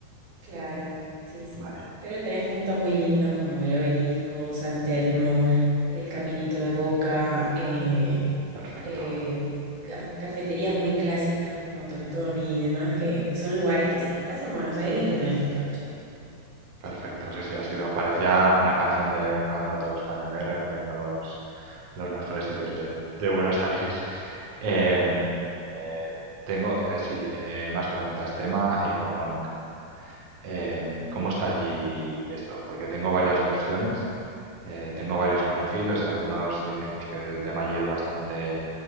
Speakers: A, on the right; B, on the right.
A: Claro, sí, sí.
B: Vale,
A: Pero tenés puntos muy lindos como el Obelisco, San Telmo, el Caminito de Boca, eh,
B: perfecto.
A: eh, ca- cafeterías muy clásicas como Tortoni y demás, que, que son lugares que si estás en Buenos Aires lo tenés que aprovechar.
B: Perfecto, sí, sí, ha sido, parecía una canción de un cantautor español, ¿eh? recorriendo los, los mejores sitios de, de Buenos Aires. Em, eh, tengo, eh, sí, eh, más preguntas. Tema económico. Em, ¿cómo está allí esto? Porque tengo varias versiones, eh, tengo varios conocidos y algunos dicen pues, que el tema allí es bastante